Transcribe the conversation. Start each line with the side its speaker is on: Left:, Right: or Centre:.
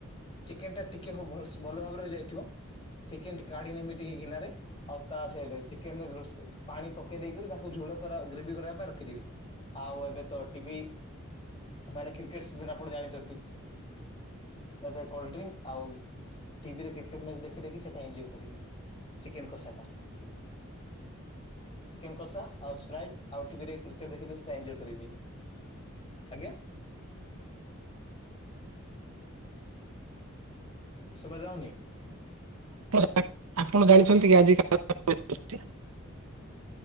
Left: ଚିକେନ ଟା ଟିକେ ଭଲ ଭାବ ରେ ହେଯାଇ ଥିବ ଚେକେନ କାଢ଼ି ନେମି ଟିକେ ଗିନାରେ ଆଉ ତା ସହିତ ଚିକେନରେ ରୋ ପାଣି ପକେଇ ଦେଇକରି ତାକୁ ଝୋଳ ଗ୍ରେଭି କରିବା ପାଇଁ ରଖିଦବି ଆଉ ଏବେ ତ ଟିଭି ମାନେ କ୍ରିକେଟ ସିଜନ ଆପଣ ଜାଣିଛନ୍ତି ଏବେ କୋଲଡ ଡ୍ରି ଆଉ ଟିଭିରେ କ୍ରିକେଟ ମ୍ୟାଚ ଦେଖି ଦେଖି ସେଇଟା ଏଞୟ କରିବି। ଚିକେନ କସା ଟା ଚିକେନ୍ କଷା ଆଉ ସ୍ପ୍ରାଇଟ ଆଉ ଟିଭିରେ କ୍ରିକେଟ୍ ଦେଖିକି ସେଇଟା ଏଞୟ କରିବି। ଆଜ୍ଞା। ଶୁଭା ଯାଉନି?
Right: ଆ ଆପଣ ଜାଣିଛନ୍ତି କି ଆଜି କାଲି <inaudible>